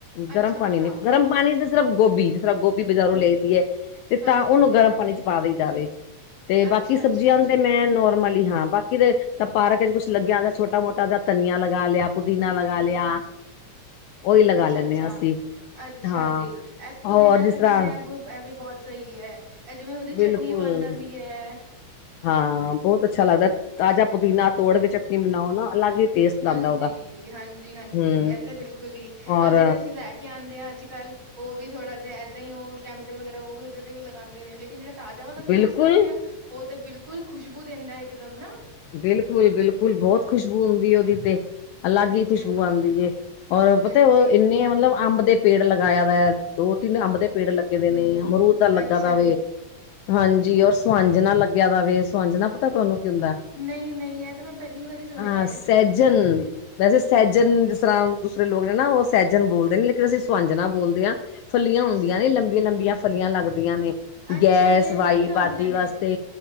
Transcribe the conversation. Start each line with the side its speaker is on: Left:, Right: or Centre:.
Left: ਗਰਮ
Right: ਅੱਛਾ-ਅੱਛਾ,
Left: ਪਾਣੀ ਨੀ। ਗਰਮ ਪਾਣੀ ਚ ਸਿਰਫ ਗੋਭੀ ਜ ਤ ਗੋਭੀ ਬਜ਼ਾਰੋਂ ਲਿਆਦੀ ਹੈ। ਤੇ ਤਾਂ
Right: ਹਾਂਜੀ,
Left: ਉਹਨੂੰ
Right: ਹਾਂਜੀ।
Left: ਗਰਮ ਪਾਣੀ ਚ ਪਾ ਵੀ ਜਾਵੇ। ਤੇ
Right: ਅੱਛਾ,
Left: ਬਾਕੀ ਸਬਜ਼ੀਆਂ
Right: ਅੱਛਾ, ਅੱਛਾ,
Left: ਨੂੰ ਤੇ ਮੈਂ ਨੋਰਮਲ ਹਾਂ। ਬਾਕੀ ਦੇ ਤਾਂ ਪਾਰਕ ਚ ਕੁਛ ਲਗਿਆ ਛੋਟਾ ਮੋਟਾ ਜ ਧਨੀਆਂ ਲੱਗਾ। ਲਗਾ ਲਿਆ। ਪੁਦੀਨਾ ਲਗਾ ਲਿਆ। ਉਹੀ ਲਗਾ
Right: ਅੱਛਾ
Left: ਲੈਂਦੇ
Right: -ਅੱਛਾ।
Left: ਹਾਂ ਅਸੀਂ
Right: ਅੱਛਾ
Left: ਹਾਂ।
Right: ਜੀ। ਐਸ ਪੁਦੀਨਾ
Left: ਹੋਰ ਜਿਸ
Right: ਧਨੀਆ
Left: ਤਰ੍ਹਾਂ
Right: ਦੇ ਐਬ ਇਹ ਵੀ ਬਹੁਤ ਸਹੀ ਹੈ। ਇਹ ਜਿਵੇਂ ਹੁੰਦੀ ਚਟਨੀ
Left: ਬਿਲਕੁਲ
Right: ਬਣ ਜਾਂਦੀ ਹੈ।
Left: ਹਾਂ। ਬਹੁਤ ਅੱਛਾ ਲੱਗਦਾ। ਤਾਜ਼ਾ ਪੁਦੀਨਾ ਤੋੜ ਕੇ ਚਟਨੀ ਬਣਾਓ ਨਾ। ਅਲੱਗ ਹੀ ਟੇਸਟ ਲਾਂਦਾ
Right: ਹਾਂਜੀ
Left: ਉਹਦਾ
Right: -ਹਾਂਜੀ -ਹਾਂਜੀ।
Left: ਹੂੰ
Right: ਇਹ ਤੇ ਬਿਲਕੁਲ ਹੀ
Left: ਔਰ
Right: ਉਹ ਜਿਹੜੇ ਅਸੀਂ ਲੈ ਕੇ ਕ ਆਂਦੇ ਆ ਅੱਜ -ਕੱਲ। ਉਹ ਵੀ ਥੋੜਾ ਜਿਹਾ ਏਦਾਂ ਹੀ ਉਹ ਕੈਮੀਕਲ ਵਗੈਰਾ। ਉਹ ਵੀ ਉਹਦੇ ਤੇ ਵੀ ਲਗਾਉਂਦੇ ਨੇ। ਲੇਕਿਨ ਜਿਹੜਾ ਤਾਜ਼ਾ ਵਾਲਾ ਅਸੀਂ
Left: ਬਿਲਕੁਲ
Right: ਯੂਜ ਕਰਦੇ ਹਾਂ। ਉਹ ਤਾਂ ਬਿਲਕੁਲ ਖੁਸ਼ਬੂ ਦਿੰਦਾ ਇੱਕ ਦਮ ਨਾ
Left: ਬਿਲਕੁਲ -ਬਿਲਕੁਲ। ਬਹੁਤ ਖੁਸ਼ਬੂ ਹੁੰਦੀ ਏ ਉਹਦੀ ਤੇ ਅਲੱਗ
Right: ਹਾਂਜੀ-ਹਾਂਜੀ,
Left: ਹੀ ਖੁਸ਼ਬੂ ਆਉਂਦੀ
Right: ਹਾਂਜੀ,
Left: ਏ, ਔਰ ਪਤਾ
Right: ਹਾਂਜੀ।
Left: ਉਹ ਇੰਨੇ ਮਤਲਬ ਅੰਬ ਦੇ ਪੇੜ ਲਗਾਇਆ ਵਾ, ਦੋ ਤਿੰਨ ਅੰਬ, ਦੇ ਪੇੜ ਲੱਗੇ ਦੇ ਨੇ ਅਮਰੂਦ, ਦਾ ਲੱਗਾ
Right: ਅੱਛਾ
Left: ਦਾ ਵ
Right: ਜੀ।
Left: ਹਾਂਜੀ, ਔਰ ਸਵਾਂਜਣਾ ਲੱਗਿਆ, ਦਾ ਵੇ ਸਵਜਣਾ ਪਤਾ ਤੁਹਾਨੂੰ ਕਿ ਹੰਦਾ?
Right: ਨਹੀਂ-ਨਹੀਂ। ਤੇ ਮੈਂ ਪਹਿਲੀ ਵਾਰੀ ਸੁਣਿਆ,
Left: ਆਹ,
Right: ਹੈ।
Left: ਸੈਜਨ ਵੈਸੇ, ਸੈਜਨ ਜਿਸ ਤਰ੍ਹਾਂ ਦੂਸਰੇ ਲੋਕ ਨੇ ਨਾ ਉਹ ਸੈਜਨ ਬੋਲਦੇ ਨੇ ਲੇਕਿਨ, ਅਸੀਂ ਸਵੰਜਣਾ ਬੋਲਦੇ ਹਾਂ। ਫੱਲੀਆਂ
Right: ਅੱਛਾ
Left: ਹੁੰਦੀਆਂ ਨੇ,
Right: ਜੀ,
Left: ਲੰਬੀਆਂ-ਲੰਬੀਆਂ ਫਲੀਆਂ ਲੱਗਦੀਆਂ ਨੇ।
Right: ਅੱਛਾ
Left: ਗੈਸ
Right: ਜੀ ਇਹ ਵੀ
Left: ਵਈਬਾਦੀ
Right: ਫਲੀਆਂ ਹੁੰਦੀਆਂ ਨੇ।
Left: ਵਾਸਤੇ